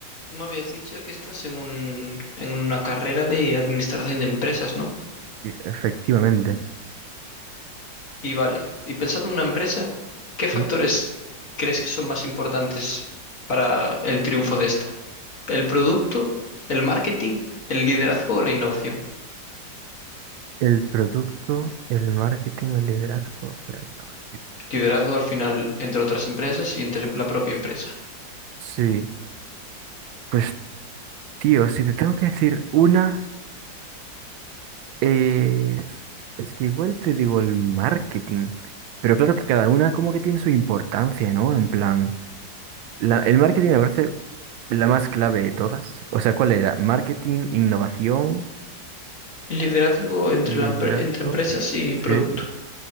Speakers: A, on the left; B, on the right.
A: Tú me habías dicho que estás en un, en una carrera de administración de empresas, ¿no?
B: Sí, Efectivamente.
A: Y vale, y pensando en una empresa, ¿qué factores
B: Ujú.
A: crees que son más importantes para el triunfo de esta? ¿El producto, el marketing, el liderazgo o la innovación?
B: El producto, el marketing, el liderazgo, la innovación.
A: Liderazgo al final entre otras empresas y entre la propia empresa.
B: Sí, pues tío, si te tengo que decir una, eh, es que igual te digo el marketing, pero claro que cada una como que tiene su importancia, ¿no? En plan, la- el marketing me parece la más clave de todas. O sea, ¿cuál era? Marketing, innovación,
A: Liderazgo entre
B: liderazgo.
A: la empre- entre empresas y producto.
B: Sí.